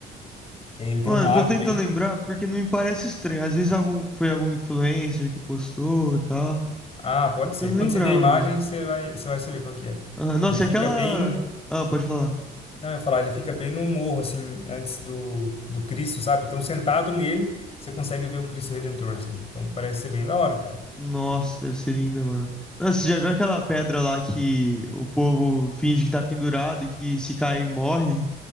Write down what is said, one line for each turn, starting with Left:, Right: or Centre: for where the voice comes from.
Left: Que aí ele tem
Centre: Mano,
Left: um lago
Centre: tô tentando
Left: bem
Centre: lembrar porque não me parece estranho. Às vezes algum, foi algum influencer que postou e tal.
Left: Ah, pode
Centre: Tentando
Left: ser. Quando
Centre: lembrar,
Left: você vê a imagem,
Centre: mano.
Left: você vai você vai saber qual que é.
Centre: Aham, Nossa,
Left: Ele fica
Centre: e aquela.
Left: bem,
Centre: Ah, pode falar.
Left: não, eu ia falar, ele fica bem no morro assim, antes do do Cristo, sabe? Então sentado nele, você consegue ver o Cristo Redentor, assim. Então parece ser bem da hora, cara.
Centre: Nossa, deve ser linda, mano. Nossa, você já viu aquela pedra lá que o povo finge que tá pendurado e que se cair morre,